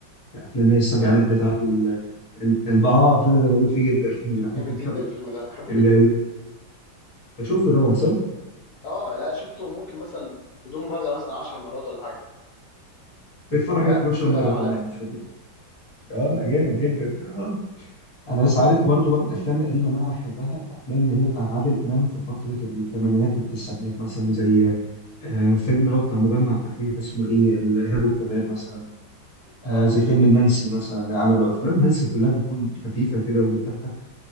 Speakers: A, on the left; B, on the left.
A: افلام هي السبعينات
B: جامد
A: بتاعته ال... ال... ال- اه الفيلم ده بموت فيه جدا
B: مم.
A: <laughs> بيضحكني
B: جامد جدا
A: قوي
B: الفيلم ده بحبه
A: ال...
B: جدا
A: ال- شفته طبعا صح؟
B: اه لا شفته ممكن مثلا بدون مبالغه مثلا 10 مرات ولا حاجه
A: اتفرج
B: لا
A: عليه 11
B: فيلم
A: مره
B: عالمي
A: كمان <laughs> الفيلم. اه لا جامد جدا اه انا بس عارف برضه بقى من الافلام القديمه اللي انا بحبها الافلام اللي هي بتاعت عادل امام في فتره الثمانينات والتسعينات مثلا زي آه فيلم اللي هو بتاع مجمع تحرير اسمه ايه الارهاب والكباب مثلا آه
B: اه
A: زي فيلم المنسي مثلا اللي عمله افلام هلس كلها بتكون خفيفه كده وبتضحك